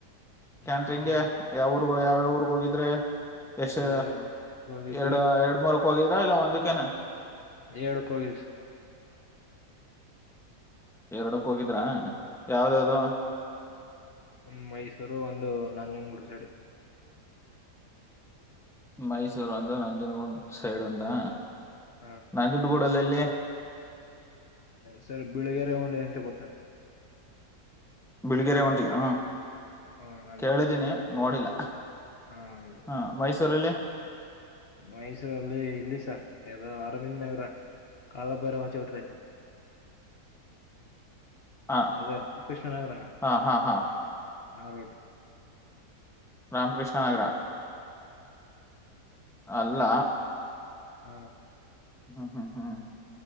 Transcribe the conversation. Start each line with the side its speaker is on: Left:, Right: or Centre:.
Centre: ಕ್ಯಾಂಟ್ರಿಂಗ್ಗೆ
Left: ನಾನು
Centre: ಯಾವ್ ಯಾವ್ಯಾವ್ ಊರುಗೆ ಹೋಗಿದ್ರೆ ಎಷ್ಟ್
Left: ಒಂದು ಹೋಗಿದ್ವಿ
Centre: ಎರಡು ಎರಡ್ ಮೂರಕ್ ಹೋಗಿದ್ರಾ ಇಲ್ಲ ಒಂದಕ್ಕೇನ.
Left: ಎರಡಕ್ಕೂ ಹೋಗ್ರಿ
Centre: ಎರಡಕ್ಕ್ ಹೋಗಿದ್ರ ಯಾವುದ್ ಯಾವುದ್
Left: ಒಂದು ಮೈಸೂರು ಒಂದು ನಂಗನಗೂಡು ಸೈಡ್
Centre: ಮೈಸೂರು ಒಂದು ನಂಜುನಗೂಡ್ ಸೈಡ್ ಒಂದಾ
Left: ಹಾ
Centre: ನಂಜುನಗುಡ್ <unintelligible>
Left: ಸರ್ ಬಿಳಗರೆ ಹುಂಡಿ ಅಂತ ಗೊತ್ತಾ
Centre: ಬಿಳ್ಗೆರೆ ಹುಂಡಿ ಹ
Left: ಹ ಅಲ್ಲಿ
Centre: ಕೇಳಿದ್ದೀನಿ ನೋಡಿಲ್ಲ
Left: ಹ ಅಲ್ಲಿ
Centre: ಹ ಮೈಸೂರು ಅಲ್ಲಿ
Left: ಮೈಸೂರಲ್ಲಿ ಇಲ್ಲಿ ಸರ್ ಯಾವುದೋ ಅರವಿಂದ ನಗರ ಕಾಲಭೈರವ ಚೌಟ್ರೀ ಐತ್ತಲ್ಲ
Centre: <inaudible> ಹ
Left: ಅದೇ ಕೃಷ್ಣನಗರ
Centre: ಹಾ ಹಾ ಹಾ
Left: ಆ ರೂಟ್
Centre: ರಾಮಕೃಷ್ಣನಗರ ಅಲ್ಲ
Left: ಹಾ
Centre: ಹ್ಮ್ ಹ್ಮ್ ಹ್ಮ್